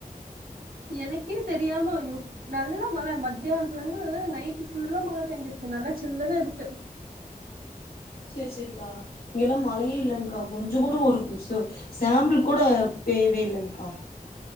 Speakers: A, on the right; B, on the left.
A: எனக்கே தெரியாம ஐயோ நல்லா மழ மத்யானத்துல இருந்து நைட்டு் ஃபுல்லா மழ பேஞ்சிருக்கு நல்லா சில்லுனு இருக்கு
B: சேரி சேரிக்கா இங்கெல்லா மழயே இல்லங்கா கொஞ்சோ கூட ஒரு நிம்சோ சாம்பிள் கூட பேயவே இல்லங்க்கா